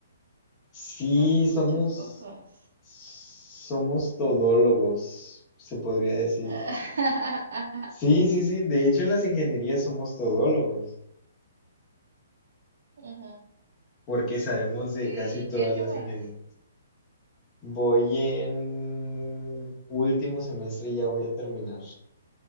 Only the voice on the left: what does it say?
Sí,
somos,
somos todólogos, se podría decir.
Sí, sí, sí. De hecho, en las ingenierías somos todólogos,
porque sabemos
de
casi todas
las
ingenierías. Voy en último semestre, ya voy a terminar,